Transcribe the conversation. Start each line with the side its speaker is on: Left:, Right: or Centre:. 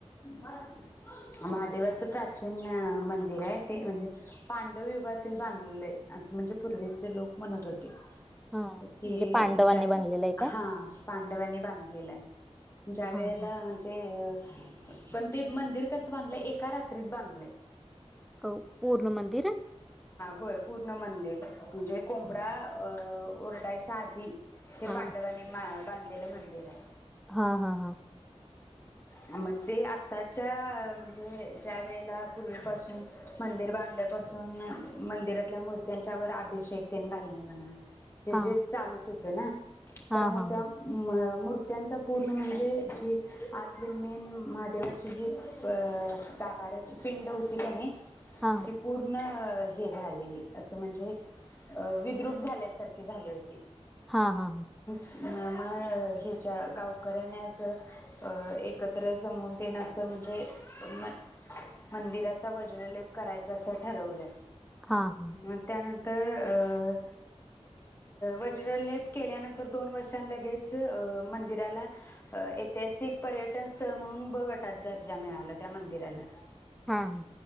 Left: हाय महादेवाचं प्राचीन अ मंदिर आहे ते म्हणजे पांडव युगातील बांधलय, असं म्हणजे पूर्वीचे लोक म्हणत होते
Centre: हा
Left: कि
Centre: म्हणजे पांडवांनी
Left: ज्या वेळेला
Centre: बनलेलं आहे काय?
Left: हा पाणी पांडवांनी बांधलेला आहे ज्या
Centre: हा
Left: वेळेला
Centre: हा!
Left: म्हणजे पण ते मंदिर कसं बांधलंय, एका रात्रीत बांधलय
Centre: आव पूर्ण मंदिर?
Left: होय पूर्ण मंदिर म्हणजे कोंबडा अ ओरडायच्या आधी ते
Centre: हा
Left: पांडवांनी म बांधलेलं मंदिर हाय.
Centre: हा हा हा!
Left: मग ते आत्ताच्या म्हणजे ज्या वेळेला पूर्वीपासून मंदिर बांधल्यापासून मंदिरातल्या मूर्त्यांच्या वर आभिषेकतेन घालणे म्हणा हे
Centre: हा
Left: जे चालूच होत ना,
Centre: हा
Left: त्यामुळे
Centre: हा हा
Left: त्या म मृर्त्यांचा पूर्ण म्हणजे ज आतली मेन महादेवाची जी प-अ गाभाऱ्याची पिंड हुती कने
Centre: हा
Left: ती पूर्ण हे झालेली, असं म्हणजे विद्रूप झाल्यासारखे झाले होती
Centre: हा हा हा!
Left: म मग ह्याच्या गावकऱ्याने अस अ एकत्र जमून तेन असं म्हणजे म मंदिराचा वज्रलेप करायच असं ठरवलं
Centre: हा हा
Left: म त्यानंतर तर अ वज्रलेप केल्यानंतर दोन वर्षांन लगेच मंदिराला ऐतिहासिक पर्यटन स्थळ म्हणून ब गटात दर्जा मिळाला त्या मंदिराला
Centre: हा ह!